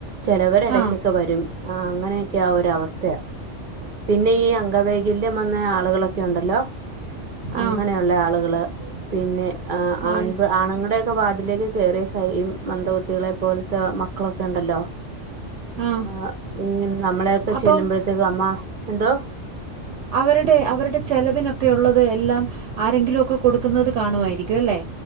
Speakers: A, on the right; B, on the right.
A: ചെലവർ എടക്കൊക്കെ
B: ആ
A: വരും ആഹ് അങ്ങനെയൊക്കെ ആ ഒര അവസ്ഥയ പിന്നെ ഈ അംഗവൈകല്യം വന്ന ആളുകളൊക്കെ ഉണ്ടല്ലോ അങ്ങനെയുള്ള
B: ആ
A: ആളുകള് പിന്നെ
B: അയ്-
A: ആൺ ആണുങ്ങളടെ വാർഡിലേക്ക് കേറിയെം <unintelligible> മന്ദബുദ്ധികളെ പോലത്തെ മക്കളൊക്കെ ഉണ്ടല്ലോ
B: ആ
A: ആഹ് ഇങ്ങ നമ്മളെക്കെ
B: അപ്പം
A: ചെല്ലുമ്പോഴത്തേക്കും അമ്മ എന്തോ
B: അവരുടെ അവരുടെ ചെലവിനൊക്കെയുള്ളത് എല്ലാം ആരെങ്കിലൊക്കെ കൊടുക്കുന്നത് കാണുവായിരിക്കും അല്ലേ